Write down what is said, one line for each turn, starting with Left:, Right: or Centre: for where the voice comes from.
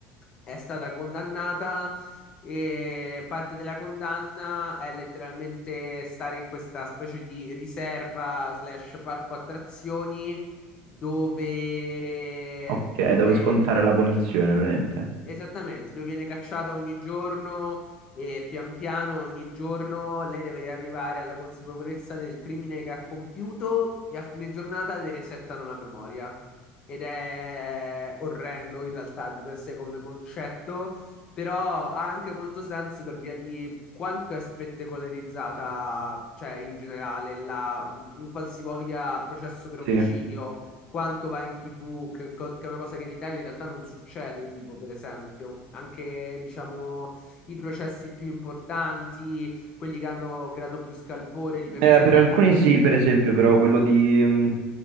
Left: è stata condannata e parte della condanna è letteralmente stare in questa specie di riserva slash parco attrazioni dove,
Right: Ok,
Left: dove
Right: eh, dove scontare la punizione, praticamente.
Left: Esattamente, dove viene cacciata ogni giorno e pian piano ogni giorno lei deve arrivare alla consapevolezza del crimine che ha compiuto e a fine giornata le resettano la memoria. Ed è orrendo in realtà di per sé come concetto, però ha anche molto senso per via di quanto è spettacolarizzata, cioè in generale, la, un qualsivoglia processo per omicidio
Right: Sì.
Left: quanto va in TV, che, co- che è una cosa che in Italia in realtà non succede, tipo per esempio, anche diciamo i processi più importanti, quelli che hanno creato più scalpore di per
Right: Eh,
Left: sé,
Right: per
Left: anche
Right: alcuni
Left: il proce-
Right: sì, per esempio, però quello di... mm,